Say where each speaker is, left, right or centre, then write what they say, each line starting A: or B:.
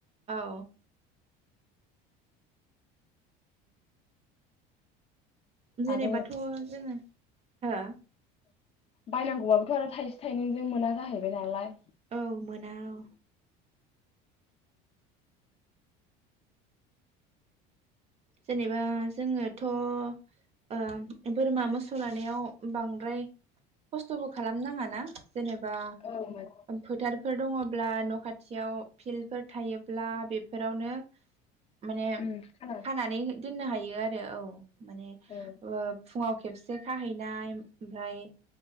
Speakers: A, on the right; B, on the left.
A: औ जेनेबाथ'
B: आरो
A: जोङो हो
B: बायनांगौआबोथ' आरो थाइसे थाइनैजों मोना जाहैबाय नालाय
A: औ मोना औ जेनेबा जोङोथ' ओ बोरमा मोसौ लानायाव बांद्राय खस्थ'बो खालामनाङाना जेनेबा
B: औ
A: फोथारफोर दङ'ब्ला न' खाथ खाथियाव फिल्डफोर थायोब्ला बेफोरावनो माने
B: उम खा
A: खानानै दोननो हायो आरो औ माने ओ
B: आरो
A: फुङाव खेबसे खाहैनाय ओमफाय